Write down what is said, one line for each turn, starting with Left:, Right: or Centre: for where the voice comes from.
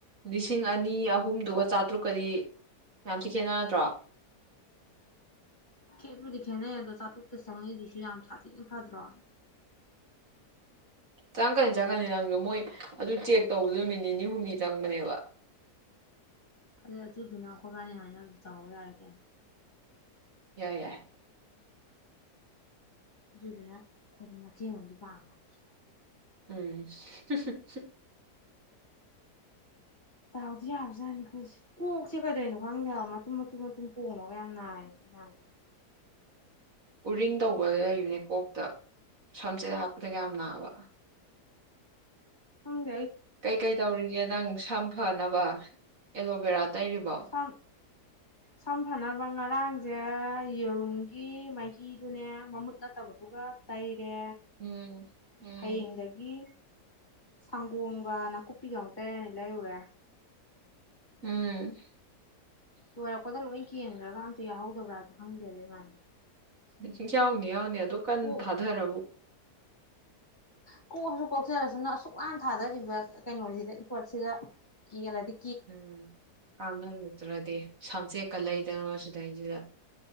Right: ꯂꯤꯁꯤꯡ ꯑꯅꯤ ꯑꯍꯨꯝꯗꯨꯒ ꯆꯥꯇ꯭ꯔꯨꯛꯀꯗꯤ ꯌꯥꯝꯁꯨꯤ ꯈꯦꯅꯔꯗ꯭ꯔꯣ
Left: ꯈꯦꯠꯄꯗꯤ ꯈꯦꯠꯅꯩ ꯑꯗꯣ ꯆꯥꯇ꯭ꯔꯨꯛꯇ ꯆꯪꯉꯛꯏꯗꯨꯁꯨ ꯌꯥꯝ ꯁꯥꯊꯤꯅ ꯐꯗ꯭ꯔꯣ
Right: ꯆꯪꯀꯅꯤ ꯆꯪꯀꯅꯤ ꯅꯪꯗꯣ ꯃꯣꯏ ꯑꯗꯨ ꯆꯦꯛ ꯇꯧꯕꯗꯨ ꯅꯨꯃꯤꯠ ꯅꯤ ꯅꯤ ꯍꯨꯝꯅꯤ ꯆꯪꯕꯅꯦꯕ
Left: ꯑꯗꯨꯗ ꯑꯗꯨꯗꯨꯅ ꯑꯩꯈꯣꯏꯕꯥꯅꯤ ꯍꯥꯏꯅ ꯑꯗꯨꯝ ꯇꯧꯍꯧꯕ ꯌꯥꯔꯒꯦ
Right: ꯌꯥꯏ ꯌꯥꯏ
Left: ꯑꯗꯨꯗꯨꯅ ꯑꯩꯈꯣꯏꯒꯤ ꯃꯇꯦꯡ ꯑꯃꯗꯤ ꯄꯥꯡꯕꯅꯤ
Right: ꯎꯝ ꯁꯤꯠꯇ ꯁ
Left: ꯗꯥꯎꯗꯤ ꯌꯥꯕꯖꯥꯠꯅꯤ ꯑꯩꯈꯣꯏꯁꯦ ꯀꯣꯛꯁꯦ ꯀꯩꯗꯣꯏꯅꯣ ꯈꯪꯗꯦ ꯍꯥꯏꯕ ꯃꯇꯨꯝ ꯃꯇꯨꯝ ꯃꯇꯨꯝ ꯄꯣꯝꯃꯒ ꯌꯥꯝ ꯅꯥꯏꯔꯦꯅꯦ ꯏꯥꯟꯁ
Right: ꯎꯔꯤꯡ ꯇꯧꯕ ꯂꯩꯕꯅꯦ ꯀꯣꯛꯇ ꯁꯝꯁꯦꯠ ꯍꯥꯞꯄꯗ ꯀ ꯌꯥꯝ ꯅꯥꯕ
Left: ꯎ
Right: ꯀꯩ ꯀꯩ ꯇꯧꯔꯤꯒꯦ ꯅꯪ ꯁꯝ ꯐꯅꯕ ꯑꯦꯂꯣꯕꯦꯔꯥ ꯇꯩꯔꯤꯕꯣ
Left: ꯁꯝ ꯁꯝ ꯐꯅꯕ- ꯕ ꯉꯔꯥꯡꯖꯦ ꯌꯦꯔꯨꯝꯒꯤ ꯃꯍꯤꯗꯨꯅꯦ ꯃꯃꯨꯠ ꯅꯠꯇꯕꯗꯨꯒ ꯇꯩ- ꯔꯦ
Right: ꯎꯝ ꯎꯝ
Left: ꯍꯌꯦꯡꯗꯒꯤ ꯁꯪꯒꯣꯝꯒ ꯅꯥꯀꯨꯞꯄꯤꯒ ꯑꯃꯨꯛ ꯇꯩꯔꯅꯤ ꯂꯩꯔꯨꯔꯦ
Right: ꯎꯝ
Left: ꯂꯣꯏꯔꯛꯄꯗ ꯂꯣꯏ ꯀꯦꯟꯈ꯭ꯔꯒ ꯑꯝꯇ ꯌꯥꯍꯧꯗꯕ꯭ꯔꯥꯖꯨ ꯈꯪꯗꯦꯗ ꯏꯃꯥꯟꯅꯕꯤ
Right: ꯎ ꯍꯨꯡ ꯌꯥꯎꯅꯤ ꯌꯥꯎꯅꯤ ꯑꯗꯨꯛ ꯀꯟ
Left: ꯀꯣꯛ
Right: ꯊꯥꯗꯔꯕꯨ
Left: ꯀꯣꯛꯑꯁꯨ ꯀꯣꯛꯆꯔꯁꯅꯨ ꯑꯁꯨꯛ ꯋꯥꯅ ꯊꯥꯗꯔꯤꯕ ꯀꯩꯅꯣꯖꯤꯗ ꯏꯐꯣꯔꯠꯁꯤꯗ ꯀꯦꯂꯗꯤ
Right: ꯎꯝ ꯀꯥꯟꯅꯔꯣꯏꯗ꯭ꯔꯗꯤ ꯁꯕꯖꯦꯛ ꯀ ꯂꯩꯗꯅ ꯃꯁꯤꯗꯩꯖꯤꯗ